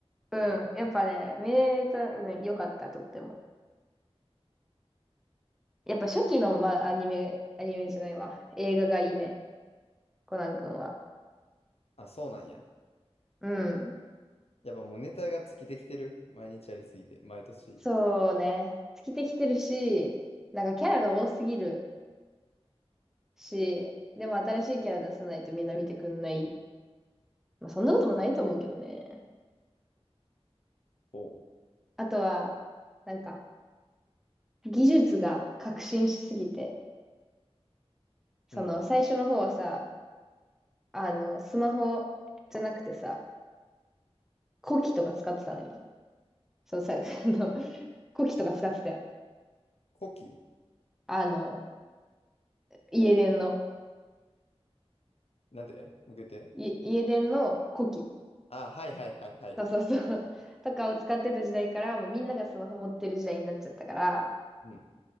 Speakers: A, on the left (about 70°); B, in the centre.
A: この、
B: うん。やっぱね、見れた、うん、よかった、とっても。やっぱ初期の、まあ、アニメ、アニメじゃないわ。映画がいいね。コナン君は。
A: あ、そうなんや。
B: うん。
A: やっぱもうネタが尽きてきてる。毎日やりすぎて。毎年。
B: そうね。尽きてきてるし、なんかキャラが多すぎるし、でも新しいキャラ出さないとみんな見てくんない。まあ、そんなこともないと思うけどね。
A: おう。
B: あとは、なんか、技術が革新しすぎて、その、
A: うん。
B: 最初の方はさ、あの、スマホじゃなくてさ、コキとか使ってたのに。そうさ、<laughs> あの、コキとか使ってたよ。
A: 古希
B: あの、家電の、
A: なんで向けて。
B: い家電のコキ。
A: あ、はいはいはいはい。
B: そうそうそう。とかを使ってた時代から、もうみんながスマホ持ってる時代になっちゃったから、
A: うん。